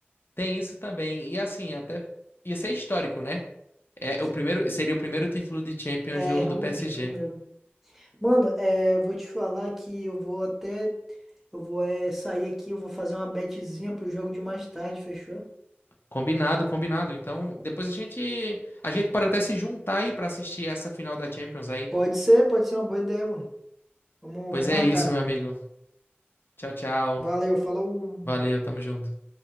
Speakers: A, on the left; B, in the centre.
A: Tem isso também. E assim, até ia ser histórico, né? É
B: Sim.
A: o primeiro, seria o primeiro título de Champions
B: É,
A: do,
B: realmente,
A: do PSG.
B: o primeiro. Mano, é, eu vou te falar que eu vou até. Eu vou é, sair aqui, eu vou fazer uma betezinha pro jogo de mais tarde, fechou?
A: Combinado, combinado. Então, depois a gente a gente pode até se juntar aí pra assistir essa final da Champions aí.
B: Pode ser, pode ser uma boa ideia, mano. Vamos,
A: Pois
B: vamos
A: é
B: marcar.
A: isso, meu amigo. Tchau, tchau.
B: Valeu, falou.
A: Valeu, tamo junto.